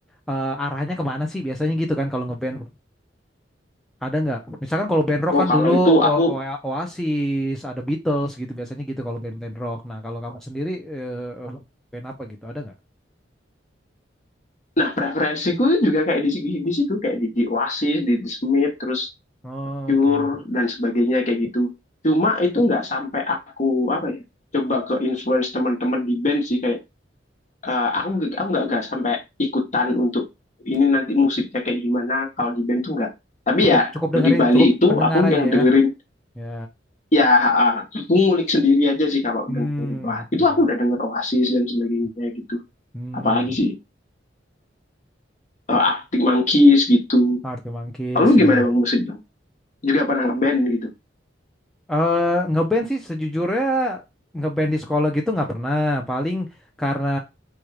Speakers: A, in the centre; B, on the left.
A: eh, arahnya kemana sih biasanya gitu kan kalau ngeband? Ada nggak? Misalkan kalau band rock
B: oh
A: kan
B: kalau
A: dulu
B: itu aku
A: O- O- Oasis, ada Beatles gitu biasanya gitu kalau band-band rock. Nah kalau kamu sendiri eh, eh, band apa gitu? Ada nggak?
B: nah preferensiku juga kayak di di, situ kayak di, di Oasis di, di Smith terus
A: Oke,
B: Cure dan sebagainya kayak gitu cuma itu nggak sampai aku apa ya coba ke influence teman-teman di band sih kayak eh, aku aku nggak nggak sampai ikutan untuk ini nanti musiknya kayak gimana kalau di band tuh nggak tapi
A: Cukup
B: ya
A: cukup dengerin,
B: di Bali
A: cukup
B: itu
A: pendengar
B: aku
A: aja
B: yang dengerin
A: ya. Ya.
B: ya eh, aku ngulik sendiri aja sih kalau
A: Hmm,
B: dengerin wah
A: oke.
B: itu aku udah denger Oasis dan sebagainya gitu
A: Hmm,
B: apalagi sih eh, Arctic Monkeys gitu.
A: Arctic Monkeys
B: Kalau lu
A: ya
B: gimana
A: ya.
B: bang musik bang? Juga pernah ngeband gitu?
A: eh ngeband sih sejujurnya ngeband di sekolah gitu nggak pernah. Paling karena